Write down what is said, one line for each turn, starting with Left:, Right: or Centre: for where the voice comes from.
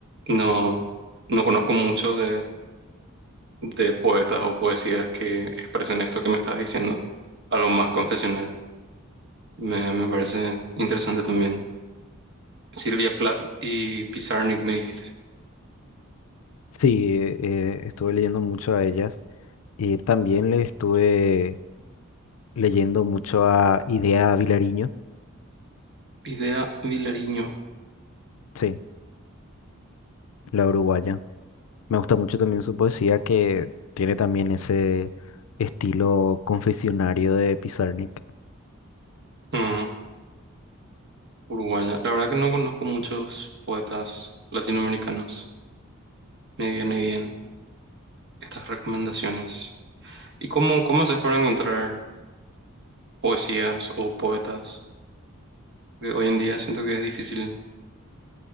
Right: No, no conozco mucho de, de poetas o poesías que expresen esto que me estás diciendo, algo más confesional. Me, me parece interesante también. Silvia Plath y Pizarnik me dijiste.
Left: Sí, eh, estuve leyendo mucho a ellas y también le estuve leyendo mucho a Idea Vilariño,
Right: Idea Vilariño,
Left: sí, la uruguaya. Me gusta mucho también su poesía que tiene también ese estilo confesionario de Pizarnik.
Right: ujú, uruguaya. La verdad que no conozco muchos poetas latinoamericanos. Me viene bien estas recomendaciones. ¿Y cómo, cómo haces para encontrar poesías o poetas? que hoy en día siento que es difícil